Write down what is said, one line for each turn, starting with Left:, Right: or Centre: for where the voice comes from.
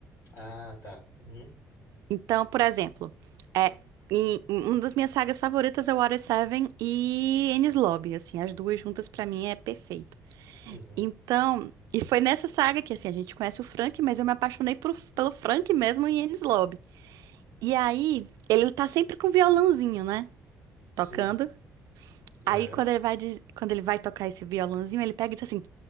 Left: Ah, tá. Uhum,
Right: Então, por exemplo, é, em- em- uma das minhas sagas favoritas é Water Seven e Enies Lobby, assim, as duas juntas pra mim é perfeito.
Left: uhum.
Right: Então, e foi nessa saga que, assim, a gente conhece o Frank, mas eu me apaixonei por- pelo Frank mesmo em Enies Lobby. E aí, ele tá sempre com um violãozinho, né?
Left: Sim.
Right: Tocando.
Left: É.
Right: Aí, quando ele vai, diz- quando ele vai tocar esse violãozinho, ele pega e diz assim: